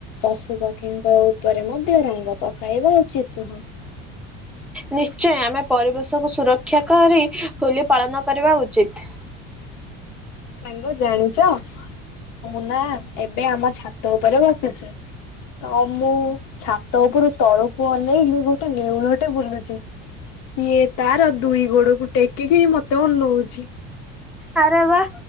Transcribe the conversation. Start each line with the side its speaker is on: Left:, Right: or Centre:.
Left: ପଶୁ ପକ୍ଷୀଙ୍କ ଉପରେ ମଧ୍ୟ ରଙ୍ଗ ପକାଇବା ଉଚିତ। ନୁହଁ।
Centre: ନିଶ୍ଚୟ ଆମେ ପରିବେଶକୁ ସୁରକ୍ଷା କରି ହୋଲି ପାଳନ କରିବା ଉଚିତ।
Left: ସାଙ୍ଗ ଜାଣିଛ ମୁଁ ନା ଏବେ ଆମ ଛାତ ଉପରେ ବସିଛି। ତ ମୁଁ ଛାତ ଉପରୁ ତଳକୁ ଅନେଇଲି ଗୋଟେ ନେଉଳଟେ ବୁଲୁଛି। ସିଏ ତାର ଦୁଇ ଗୋଡକୁ ଟେକିକି ମତେ ଅନଉଛି।
Centre: ଆରେ ୱା।